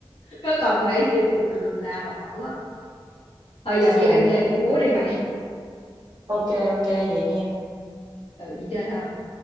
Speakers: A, on the left; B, on the right.
A: Có còn phải suy nghĩ tùm lum la mệt mỏi quá. Thôi giờ đi
B: Ừ,
A: ăn chơi nhảy múa đi mày.
B: ok ok vậy nha.
A: Ừ, đi chơi thôi.